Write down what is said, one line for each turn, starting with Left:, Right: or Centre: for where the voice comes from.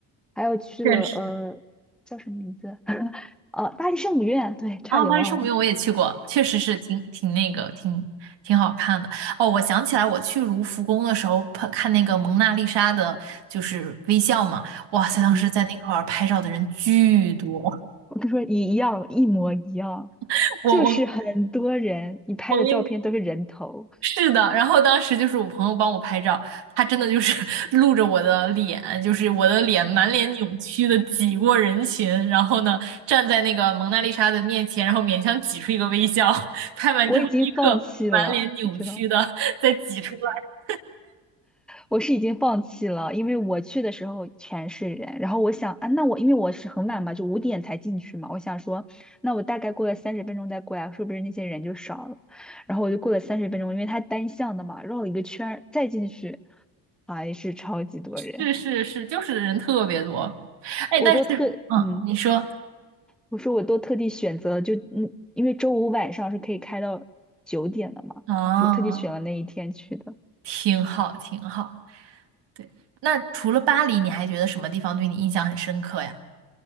Centre: 还有去了呃叫什么名字？
Right: 确实。
Centre: <laughs> 呃，巴黎圣母院，对，差点忘了。
Right: 啊，巴黎圣母院我也去过，确实是挺挺那个，挺挺好看的。哦，我想起来，我去卢浮宫的时候看看那个蒙娜丽莎的，就是微笑嘛，哇塞，当时在那块儿拍照的人巨多，
Centre: 嗯，我跟你说一样，一模一样，
Right: <laughs> 我我。
Centre: 就是很多人，你拍的照片都是人头，
Right: 我跟你。是的，然后当时就是我朋友帮我拍照，他真的就是 <laughs> 露着我的脸，就是我的脸满脸扭曲的挤过人群，然后呢站在那个蒙娜丽莎的面前，然后勉强挤出一个微笑，<laughs> 拍完之后立刻满脸扭曲的
Centre: 我已经放弃了，你知道。
Right: <laughs> 再挤出来。
Centre: 我是已经放弃了，因为我去的时候全是人，然后我想啊，那我因为我是很晚嘛，就五点才进去嘛，我想说，那我大概过了三十分钟再过来，是不是那些人就少了？然后我就过了三十分钟，因为它单向的嘛，绕了一个圈儿再进去，还是超级多人，
Right: 是是是，就是人特别多。哎，
Centre: 我都特嗯，
Right: 但是嗯，你说
Centre: 我说我都特地选择了就嗯，因为周五晚上是可以开到九点的嘛，
Right: 啊，
Centre: 就特地选了那一天去的。
Right: 挺好挺好。对，那除了巴黎，你还觉得什么地方对你印象很深刻呀？